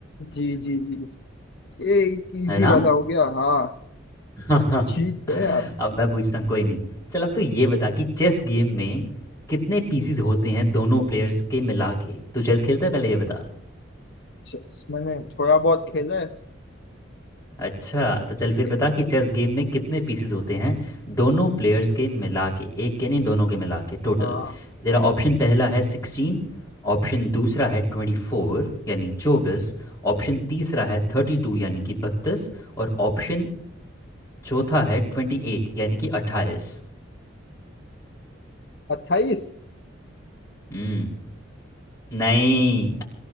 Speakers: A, on the left; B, on the left.
A: जी जी जी ये इजी
B: है ना
A: वाला हो गया हाँ
B: <laughs>
A: जीत
B: अब
A: गए आप
B: मैं पूछता हूँ कोई नहीं चल अब तू ये बता कि चेस गेम में कितने पीसीज होते हैं दोनों प्लेयर्स के मिला के तू चेस खेलता है पहले ये बता
A: चस, मैंने थोड़ा बहुत खेला है
B: अच्छा तो चल
A: ठीक
B: फिर बता
A: है।
B: कि चेस गेम में कितने पीसेस होते हैं दोनों प्लेयर्स के मिला के एक के नहीं दोनों के मिला के टोटल
A: हाँ
B: तेरा ऑप्शन पहला है सिक्सटीन ऑप्शन दूसरा है ट्वेंटी फोर यानी चौबीस ऑप्शन तीसरा है थर्टी टू यानी कि बत्तीस और ऑप्शन चौथा है ट्वेंटी एट यानी कि अट्ठाईस
A: अट्ठाईस
B: हम्म नहीं